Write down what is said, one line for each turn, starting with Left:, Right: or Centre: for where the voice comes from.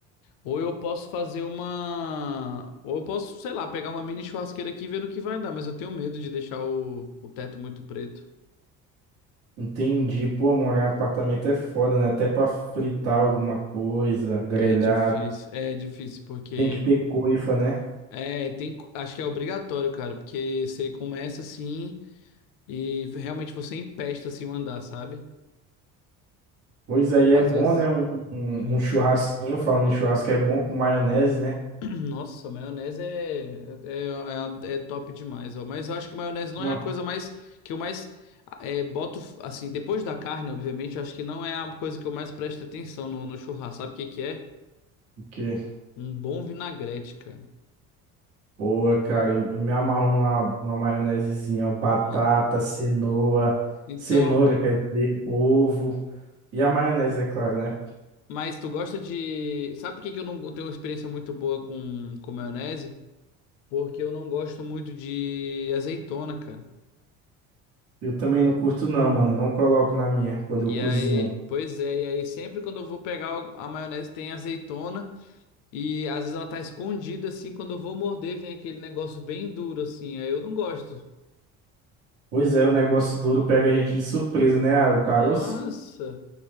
Left: Ou eu posso fazer uma. Ou eu posso, sei lá, pegar uma mini churrasqueira aqui e ver no que vai dar, mas eu tenho medo de deixar o, o teto muito preto.
Right: entendi. Pô, morar em apartamento é foda, né? Até pra fritar alguma coisa, grelhar,
Left: É difícil. É difícil, porque.
Right: tem que ter coifa, né?
Left: É, tem. Acho que é obrigatório, cara, porque você começa assim e realmente você empesta assim o andar, sabe?
Right: Pois aí é
Left: Às
Right: bom,
Left: vezes.
Right: né? Um, um,
Left: hum.
Right: um churrasquinho, falando em churrasco, é bom com maionese, né?
Left: Nossa, maionese é, é, é, é top demais, ó. Mas eu acho que maionese não
Right: Ué,
Left: é a coisa mais que eu mais é, boto, assim, depois da carne, obviamente, eu acho que não é a coisa que eu mais presto atenção no, no churrasco. Sabe o que que é?
Right: Porque,
Left: Um bom vinagrete, cara.
Right: pô, cara, eu, eu me amarro numa, numa maionesezinha, ó, batata,
Left: Não.
Right: cenoa,
Left: Então,
Right: cenoura, quer dizer, ovo. E a maionese, é claro, né?
Left: mas tu gosta de. Sabe por que que eu não tenho uma experiência muito boa com, com maionese? Porque eu não gosto muito de azeitona, cara.
Right: Eu também não curto, não, mano. Eu não coloco na minha quando
Left: E
Right: eu cozinho.
Left: aí, pois é, e aí sempre quando eu vou pegar o- a maionese tem azeitona. E às vezes ela tá escondida assim, quando eu vou morder, vem aquele negócio bem duro assim. Aí eu não gosto.
Right: Pois é, o negócio duro pega a gente de surpresa, né? Ah, o caroço.
Left: Nossa,